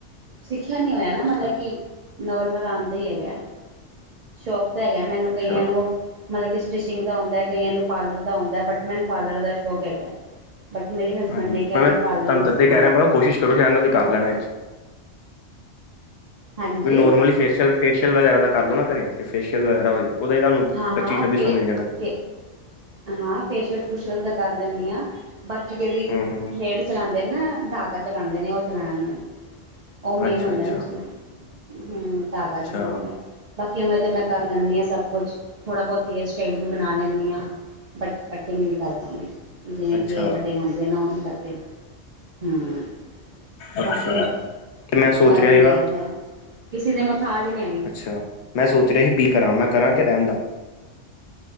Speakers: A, on the right; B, on the left.
A: ਸਿੱਖਿਆ ਨੀ ਹੋਇਆ ਨਾ
B: ਅੱਛਾ
A: ਮਤਲਬ ਕਿ, ਨੌਰਮਲ ਆਂਦਾ ਹੀ ਹੈਗਾ। ਸ਼ੌਕ ਤਾਂ ਹੈਗਾ ਮੈਨੂੰ
B: ਅੱਛਾ
A: ਕਈਆਂ ਨੂੰ, ਮਤਲਬ ਕਿ ਸਟਿਚਿੰਗ ਦਾ ਹੁੰਦਾ ਕਈਆਂ ਨੂੰ ਪਾਰਲਰ ਦਾ ਹੁੰਦਾ ਬਟ ਮੈਨ ਪਾਰਲਰ ਦਾ ਸ਼ੌਕ ਹੈਗਾ। ਬਟ ਮੇਰੇ ਹਸਬੈਂਡ
B: ਹਾਂਜੀ
A: ਨੇ ਕਿਹਾ
B: ਮੈਂ ਮੈਂ
A: ਨਹੀ
B: ਤੁਹਾਨੂੰ
A: ਪਾਰਲਰ ਨਹੀਂ
B: ਤਦੇ
A: ਸਿਖਾਣਾ।
B: ਕਹਿ ਰਿਹਾ ਮੈਂ ਕਿਹਾ ਕੋਸ਼ਿਸ਼ ਕਰੋ ਜੇ ਉਹਨਾਂ ਦੇ ਕਰ ਲੈਣਾ।
A: ਹਾਂਜੀ
B: ਵੀ ਨੋਰਮਲੀ ਫੈਸ਼ੀਅਲ ਫੇਸ਼ੀਅਲ ਵਗੈਰਾ ਕਰ ਲੋ ਨਾ ਘਰੇ, ਕਿ ਫੇਸ਼ੀਅਲ ਵਗੈਰਾ ਹੋ ਜਾਵੇ ਉਹਦਾ ਹੀ ਤੁਹਾਨੂੰ
A: ਹਾਂ ਹਾਂ
B: ਪੱਚੀ-ਛੱਬੀ
A: ਫੇ
B: ਸੌ ਮਿਲ ਜਾਣਾ।
A: ਫੇ ਹਾਂ ਫੇਸ਼ੀਅਲ-ਫੁਸ਼ੀਅਲ ਤਾਂ ਕਰ ਲੈਂਦੀ ਹਾਂ ਬਾਕੀ ਜਿਹੜੀ,
B: ਹਮ ਹਮ
A: ਹੇਰ ਚਲਾਉਂਦੇ ਨੇ ਨਾ ਧਾਗਾ ਚਲਾਂਦੇ ਨੇ ਉਹ ਚਲਾਣਾ ਨੂੰ ਉਹ ਮੇਨ
B: ਅੱਛਾ
A: ਹੁੰਦਾ
B: ਅੱਛਾ
A: ਨਾ ਚਲਾਣਾ, ਹੂੰ ਧਾਗਾ
B: ਅੱਛਾ
A: ਚਲਾਉਣਾ ਨੀ ਆਉਂਦਾ। ਬਾਕੀ ਉਵੇਂ ਤਾਂ ਮੈਂ ਕਰ ਲੈਂਨੀ ਹਾਂ ਸਭ ਕੁਛ, ਥੋੜ੍ਹਾ ਬਹੁਤ ਹੇਅਰ ਸਟਾਈਲ ਵੀ ਬਣਾ ਲੈਂਨੀ ਆ ਬਟ ਕਟਿੰਗ ਨਹੀਂ ਕਰ ਪਾਂਦੀ, ਜਿਵੇਂ
B: ਅੱਛਾ।
A: ਕਿ ਇਹ ਕਟਿੰਗ ਹੁੰਦੀ ਹੈ ਨਾ ਉਹ ਨਹੀਂ ਕਰਦੇ। ਹੂੰ
B: ਅੱਛਾ
A: ਬਾਕੀ
B: ਤੇ ਮੈਂ ਸੋਚ
A: ਕਰ
B: ਰਿਹਾ
A: ਹੀ ਲਿਆ
B: ਸੀਗਾ।
A: ਦਾ ਕਿਸੇ ਦੇ ਮੁਥਾਜ ਨਹੀਂ ਹੈਗੇ।
B: ਅੱਛਾ, ਮੈਂ ਸੋਚ ਰਿਹਾ ਸੀ ਬੀ ਕਰਾਂ ਮੈਂ ਕਰਾਂ ਕਿ ਰਹਿਣ ਦਾ?